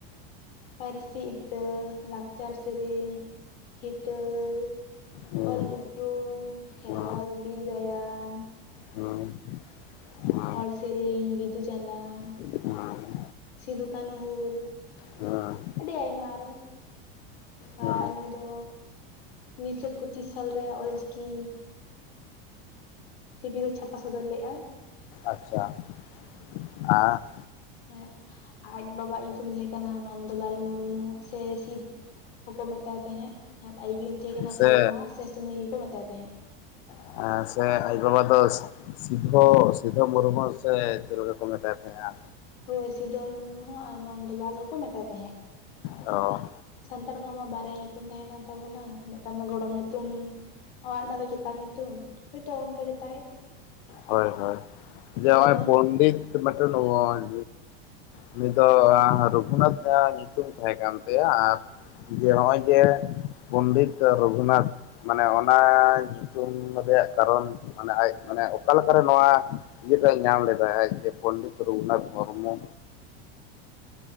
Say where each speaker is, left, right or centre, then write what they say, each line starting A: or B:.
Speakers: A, on the left; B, on the left.
A: ᱯᱟᱹᱨᱥᱤ ᱤᱛᱟᱹ ᱞᱟᱠᱪᱟᱨ ᱥᱮᱨᱮᱧ <unintelligible> <unintelligible>
B: ᱦᱩᱸ
A: ᱚᱞ ᱩᱯᱩᱨᱩᱢ ᱠᱷᱮᱨᱣᱟᱞ
B: ᱦᱩᱸ
A: ᱵᱤᱨ ᱜᱟᱭᱟᱱᱼᱼ
B: <unintelligible>
A: ᱦᱚᱲ ᱥᱮᱨᱮᱧ ᱵᱤᱫᱩ ᱪᱟᱸᱫᱟᱱᱼᱼ
B: <unintelligible>
A: ᱥᱤᱫᱩ ᱠᱟᱹᱱᱩ ᱦᱩᱞᱼᱼ
B: ᱦᱩᱸ
A: ᱟᱹᱰᱤ ᱟᱭᱢᱟ ᱟᱨᱚ᱾
B: ᱦᱩᱸ
A: ᱟᱨ ᱱᱩᱭ ᱫᱚ ᱩᱱᱤᱥᱥᱚ ᱯᱩᱪᱤᱥ ᱥᱟᱞ ᱨᱮ ᱚᱞᱪᱤᱠᱤᱼᱼ ᱯᱚᱛᱷᱤ ᱫᱚ ᱪᱷᱟᱯᱟ ᱥᱚᱫᱚᱨ ᱞᱮᱫᱼᱟ᱾
B: ᱟᱪᱪᱷᱟ <unintelligible>
A: ᱦᱮ ᱟᱡ ᱵᱟᱵᱟᱣᱟᱜ ᱧᱩᱛᱩᱢ ᱛᱟᱦᱮᱸ ᱠᱟᱱᱟ ᱱᱚᱱᱫᱚᱞᱟᱞ ᱢᱩᱨᱢᱩ ᱥᱮ <unintelligible> ᱦᱚᱸᱠᱚ ᱢᱮᱛᱟᱭ ᱛᱟᱦᱮᱸᱜ ᱟᱨ ᱟᱡᱭᱩ ᱛᱟᱦᱮᱸ ᱠᱟᱱᱟ
B: ᱥᱮ
A: ᱥᱚᱞᱢᱟ ᱥᱮ ᱥᱚᱢᱤ ᱦᱚ ᱠᱚ ᱢᱮᱛᱟᱭ ᱛᱟᱦᱮᱸᱫᱼᱼ
B: <inaudible> ᱥᱮ ᱟᱡ ᱵᱟᱵᱟ <unintelligible> ᱥᱤᱫᱟᱹ <unintelligible> ᱢᱩᱨᱢᱩ ᱥᱮ ᱪᱮᱫ ᱞᱮᱠᱟ ᱠᱚ ᱢᱮᱛᱟᱭ ᱛᱟᱦᱮᱸᱜᱼᱟ᱾
A: ᱦᱳᱭ ᱥᱤᱫᱩ ᱢᱩᱨᱢᱩ ᱦᱚᱸ ᱟᱨ ᱱᱚᱱᱫᱚᱞᱟᱞ ᱦᱚᱸᱠᱚ ᱢᱮᱛᱟᱭ ᱛᱟᱦᱮᱸᱫᱼᱼ
B: ᱚ
A: ᱥᱟᱱᱛᱟᱲ ᱠᱚᱣᱟᱜ ᱢᱟ ᱵᱟᱨᱭᱟ ᱧᱩᱛᱩᱢ ᱛᱟᱦᱮᱸ ᱠᱟᱱ ᱛᱟᱵᱚ ᱱᱟ ᱢᱤᱫ ᱴᱟᱝ ᱫᱚ ᱜᱚᱲᱚᱢ ᱧᱩᱛᱩᱢᱼᱼ ᱟᱨ ᱢᱮᱫ ᱴᱟᱝ ᱫᱚ ᱪᱮᱛᱟᱱ ᱧᱩᱛᱩᱢ ᱦᱳᱭ ᱛᱳ ᱚᱱᱠᱟ ᱜᱮ ᱛᱟᱭ᱾
B: ᱦᱳᱭ ᱦᱳᱭ ᱡᱮ ᱢᱚᱱ
A: ᱫᱚ
B: ᱯᱚᱱᱰᱤᱛ <unintelligible> ᱩᱱᱤ ᱫᱚ ᱨᱚᱜᱷᱩᱱᱟᱛᱷ ᱧᱩᱛᱩᱢ ᱛᱟᱦᱮᱸ ᱠᱟᱱ ᱛᱟᱭᱟ ᱟᱨᱼᱼ ᱡᱮ ᱱᱚᱜ ᱚᱭ ᱡᱮ ᱯᱚᱱᱰᱤᱛ ᱨᱚᱜᱷᱩᱱᱟᱛᱷ ᱢᱟᱱᱮ ᱚᱱᱟ ᱧᱩᱛᱩᱢ ᱨᱮᱭᱟᱜ ᱠᱟᱨᱚᱱ ᱢᱟᱱᱮ ᱟᱡ ᱢᱟᱱᱮᱼᱼ ᱚᱠᱟ ᱞᱮᱠᱟ ᱨᱮ ᱱᱚᱣᱟ ᱤᱭᱟᱹ ᱴᱟᱜ ᱧᱟᱢ ᱞᱮᱫᱟ ᱡᱮ ᱯᱚᱱᱰᱤᱛ ᱨᱚᱜᱷᱩᱱᱟᱛᱷ ᱢᱩᱨᱢᱩᱼᱼ